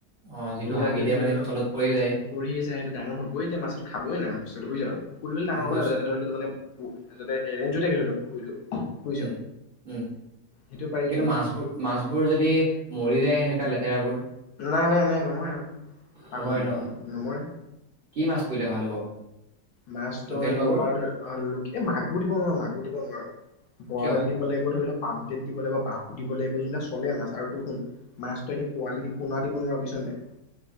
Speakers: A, on the right; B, on the left.
A: অ যিটো
B: পৰি যোৱাৰ
A: হাগি
B: পিছত
A: দিয়ে
B: ধৰি'ল
A: মানে সেইটো তলত পৰি যায়
B: পৰিয়েই যায় সেইটো ডাঙৰ হবই এতি মাছটো খাবই না বস্তুটো বুজিছ। পুখুৰীটো ধৰি'ল ডাঙৰ
A: বুজিছো
B: হ'ব লাগিব যাতে ধৰি'ল ম যাতে এৰেঞ্জ হৈ থাকে ধৰি'ল। পুখুৰীটো বুজিছ
A: উম, উম
B: সেইটো পাৰি
A: কিন্তু মাছবোৰ, মাছবোৰ যদি মৰি যায় এনেকা লেতেৰাবোৰ
B: নাই, নাই, নাই নমৰে, নমৰে
A: নমৰে
B: পাগৰ নেকি?
A: ন
B: নম-নমৰে
A: কি মাছ পৰিলে ভাল হ'ব?
B: মাছ
A: লোকেল
B: তই দিব
A: মাগুৰ
B: পাৰ ধ অ', লোকে-এই মাগুৰ দিব নোৱাৰ, মাগুৰ দিব নোৱাৰ, বৰালি
A: কিয়
B: দিব লাগিব ধৰি ল পাম প্লেট দিব লাগিব, বাহু দিব লাগিব যোনবিলাক চলে মাছ আৰু তোৰ শুন মাছ তই সেই পোৱালি দি পোনা দি কোনো <unintelligible> নাই।